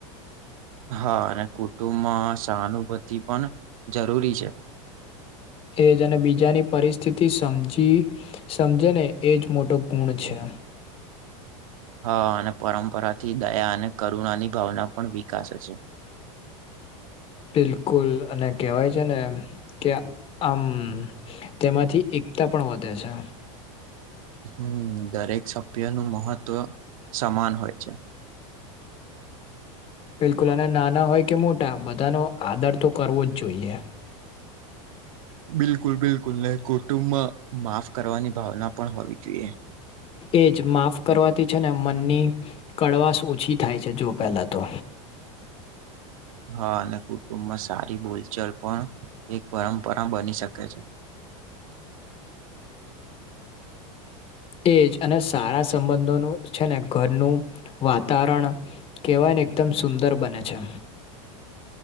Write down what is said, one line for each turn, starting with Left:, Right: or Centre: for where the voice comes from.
Right: હા અને કુટુંબમાં સહાનુભૂતિ પણ જરૂરી છે.
Left: એ જ અને બીજાની પરિસ્થિતિ સમજી સમજે ને એજ મોટો પુણ છે.
Right: હા અને પરંપરાથી દયા અને કરુણાની ભાવના પણ વિકસે છે.
Left: બિલકુલ અને કેવાય છે ને કે આમ તેમાંથી એકતા પણ વધે છે.
Right: હમ દરેક સભ્ય નું મહત્વ સમાન હોય છે.
Left: બિલકુલ અને નાના હોય કે મોટા બધાનો આદર તો કરવો જ જોઈએ.
Right: બિલકુલ બિલકુલ નહી કુટુંબ માં માફ કરવાની ભાવના પણ હોવી જોઈએ.
Left: એજ માફ કરવાથી છે ને મનની કડવાશ ઓછી થાય છે જો પહેલાં તો.
Right: હા અને કુટુંબમાં સારી બોલચલ પણ એક પરંપરા બની શકે છે.
Left: એજ અને સારા સંબંધોનું છે ને ઘરનું વાતાવરણ કહેવાય ને એકદમ સુંદર બને છે.